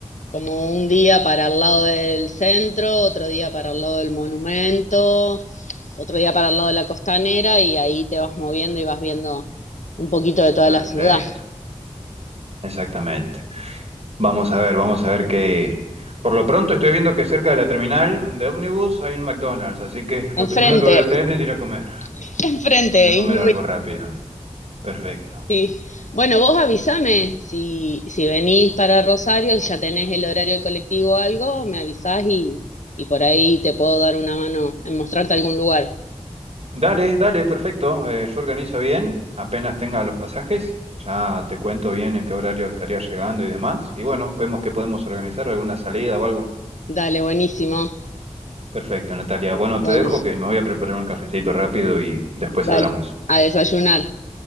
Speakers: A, on the left; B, on the right.
A: como un día para el lado del centro, otro día para el lado del monumento, otro día para el lado de la costanera y ahí te vas moviendo y vas viendo un poquito de toda
B: Perfecto.
A: la ciudad.
B: Exactamente. Vamos a ver, vamos a ver qué... Por lo pronto estoy viendo que cerca de la terminal de ómnibus hay un McDonald's, así que <laughs> lo
A: Enfrente,
B: primero que voy a hacer es ir a comer.
A: <laughs> enfrente,
B: Ir a
A: y
B: comer
A: muy
B: algo rápido. Perfecto.
A: Sí, bueno, vos avísame si, si venís para Rosario, y ya tenés el horario del colectivo o algo, me avisás y, y por ahí te puedo dar una mano en mostrarte algún lugar.
B: Dale, dale, perfecto. eh, yo organizo bien, apenas tenga los pasajes, ya te cuento bien en qué horario estaría llegando y demás. Y bueno, vemos que podemos organizar alguna salida o algo.
A: Dale, buenísimo.
B: Perfecto, Natalia. Bueno,
A: Bueno,
B: te dejo que me voy a preparar un cafecito rápido y después
A: dale,
B: hablamos.
A: a desayunar.